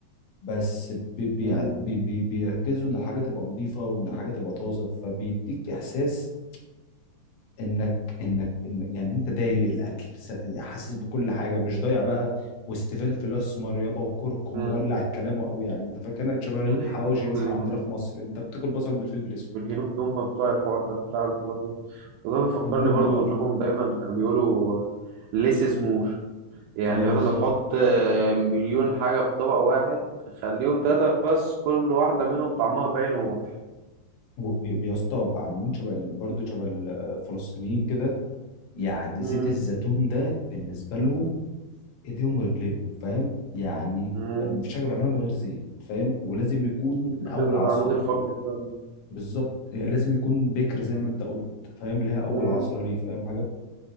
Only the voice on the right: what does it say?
مم.
مم.
مم.
أي
دول
الهنود
دول الهنود دول هم بتوع الحوار ده بتاع البهارات ده. وده بيفكرني
برضو انهم دايما كانوا بيقولوا less is more يعني
بدل
ما تحط آه، مليون حاجة في طبق واحد خليهم تلاتة بس كل واحدة منهم طعمها باين وواضح
مم.
مم.
فاكر
العمود الفقري بتاعنا
مم.